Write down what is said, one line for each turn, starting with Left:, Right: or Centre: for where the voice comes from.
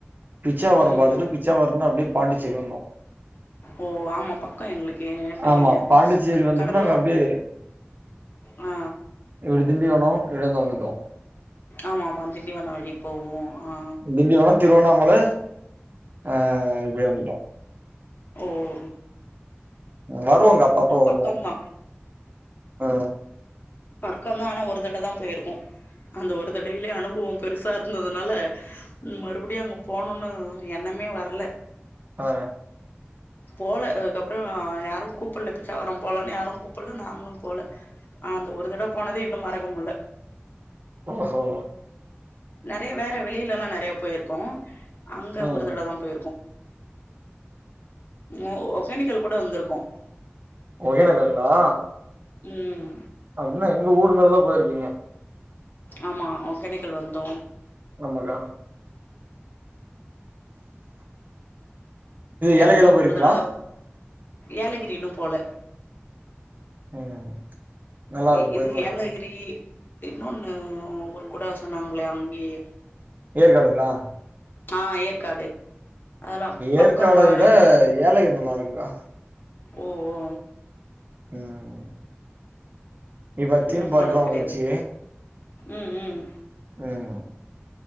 Right: பிச்சாவரம்
Left: ம்
Right: பாத்துட்டு
Left: ம்
Right: பிச் பிச்சாவரோ இருந்து அப்டியே பாண்டிச்சேரி வந்தோ
Left: ஓ ஆமா பக்கோ எங்களுக்கு இப்ப
Right: ஆமா
Left: ஏ
Right: பாண்டிச்சேரி வந்துட்டு
Left: கடலூர்
Right: நாங்க அப்டியே
Left: ஆ
Right: இப்டி திண்டிவனோ இப்டி வந்து வந்துட்டோ
Left: ஆமா ஆமா திண்டிவனோ வழி போவோ ஆ
Right: திண்டிவனோ திருவண்ணாமல ஆ இப்டி வந்துட்டோ
Left: ஓம்
Right: வருவோங்க அப்ப அப்ப வருவோ
Left: பக்கந்தா
Right: ஆ
Left: பக்கந்தா ஆனா ஒரு தடவ தா போயிருக்கோ அந்த ஒரு தடவேலயே அனுபவோ பெருசா இருந்ததுனால ம் மறுபடியு அங்க போனுன்னு எண்ணமே வரல
Right: ஆ
Left: போல அதுக்கப்பறோ யாரு கூப்புல்ல பிச்சாவரோ போலான்னு யாரு கூப்புல்ல நாங்களு போல ஆ அந்த ஒரு தடவ போனதே இன்னு மறக்க முல்ல
Right: ஓஹோ
Left: நெறைய வேற வெளிலல்லா நெறைய போயிருக்கோ அங்க
Right: ம்
Left: ஒரு தடவ தா போயிருக்கோ ஓ ஒகேனக்கல் கூட வந்துருக்கோ
Right: ஒகேனக்கலுங்களா
Left: ம்
Right: ஆ என்ன எங்க ஊர் மேலதா போயிருப்பீங்க
Left: ஆமா ஒக்கேனக்கல் வந்தோ
Right: நம்ம கா
Left: இது
Right: ஏலகிரிலா போயிருக்கீங்களா
Left: ஒரு தடவ ஏலகிரி இன்னு போல
Right: ம் நல்லா இருக்கு
Left: இ இது
Right: போய் பாருங்க
Left: ஏலகிரி இன்னொன்னு அவரு கூட சொன்னாங்களே அங்கயே
Right: ஏற்காடுங்ளா
Left: ஆ ஏற்காடு அதெல்லா பக்கோந்தா
Right: ஏற்காட விட
Left: நல்ல
Right: ஏலகிரி நல்லா இருக்குக்கா
Left: ஓ ஓ
Right: ம் இப்ப
Left: இன்னு
Right: தீம் பார்க்லா
Left: போனது கெடையாது
Right: வந்துருச்சி
Left: ம் ம்
Right: ம்